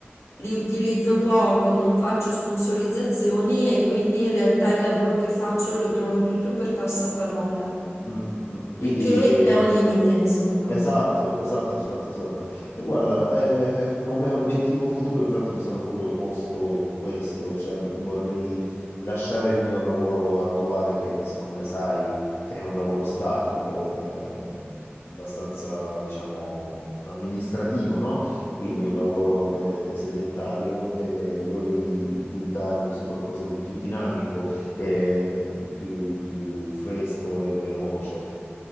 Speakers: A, on the left; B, on the left.
A: li utilizzo poco, non faccio sponsorizzazioni e quindi in realtà il lavoro che faccio lo trovo tutto per passaparola,
B: mm, mm, mm. quindi
A: il che è un limite, insomma.
B: Esatto, esatto, esatto, esatto. E guarda, eh, eh, come obiettivo futuro, infatti, mi sono proprio posto questo, cioè vorrei lasciare il mio lavoro attuale, che se- come sai è un lavoro statico, eh, abbastanza, diciamo, amministrativo, no? Quindi
A: Mm.
B: un lavoro, eh, sedentario e vorrei buttarmi su qualcosa di più dinamico, eh, più più fresco e veloce.